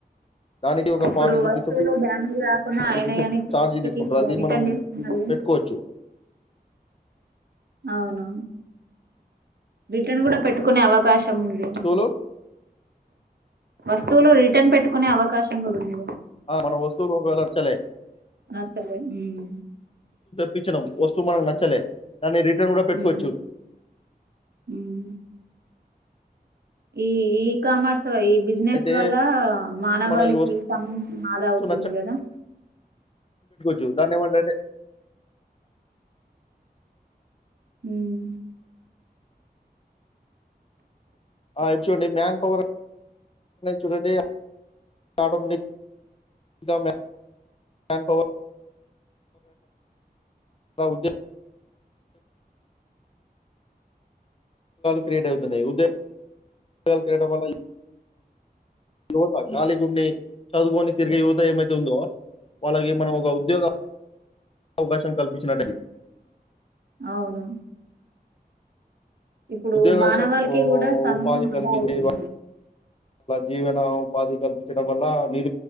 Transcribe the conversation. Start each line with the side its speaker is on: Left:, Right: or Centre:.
Left: దానికి ఒక
Right: ఇప్పుడు
Left: ఫార్టీ
Right: వస్తువులు
Left: రూపీస్
Right: డ్యామేజ్ రాకుండా
Left: ఫిఫ్టీ
Right: అయినా
Left: రూపీస్
Right: అనిప్పి
Left: ఛార్జ్ తీసుకుంటారు
Right: ఇలా
Left: అది
Right: రిటర్న్
Left: మనం
Right: చేస్తున్నారు
Left: పెట్టుకోవచ్చు
Right: అవును రిటర్న్ కూడా పెట్టుకునే అవకాశం తోమీది
Left: వస్తువులు
Right: వస్తువులు రిటర్న్ పెట్టుకునే అవకాశం కూడాఉంది
Left: ఆ మన వస్తువులు ఒకవేళ నాచల
Right: అస్తలే హ్మ్
Left: పిచ్చనం వస్తువు మనకు నచ్చలే దాన్ని రిటర్న్ కూడా పెట్టుకోవచ్చు
Right: ఉమ్ ఉమ్ ఈ ఈకామర్స్ సో ఈ బిజినెస్
Left: అయితే
Right: వల్ల మానవాళికి
Left: మనకి
Right: సమయం ఆదా
Left: వస్తువు
Right: అవుతుంది కదా
Left: జుదానే మంటటే
Right: హ్మ్
Left: ఆ ఇప్పుడు చూడండి మ్యాన్ పవర్ చూడండి ఆటోమేటిక్ దా మ్యాన్ పవర్ అ ఉద్యమ క్రియేట్ అవుతున్నాయి ఉద్యోగాలు క్రియేట్ అవ్వడం వల్ల యువత గాలి గుని చదువుకొని తిరిగే యువత ఏమైతే ఉందో వాళ్ళకి మనం ఒక ఉద్యోగ అవకాశం కల్పించినటుద
Right: అవును ఇప్పుడు
Left: ఉద్యోగ
Right: మానవాళికి
Left: శ
Right: కూడా సమయం
Left: ఉపాధి
Right: ఆదా
Left: కల్పించి
Right: అవుతుంది
Left: జీవన ఉపాధి కల్పించ డం వల్ల న